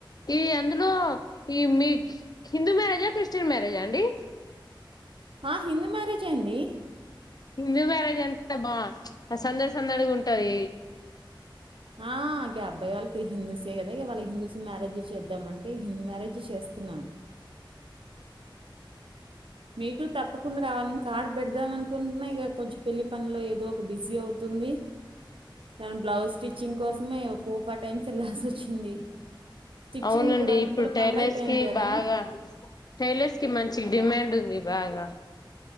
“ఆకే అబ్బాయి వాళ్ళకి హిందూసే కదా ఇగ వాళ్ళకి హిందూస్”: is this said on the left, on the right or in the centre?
Right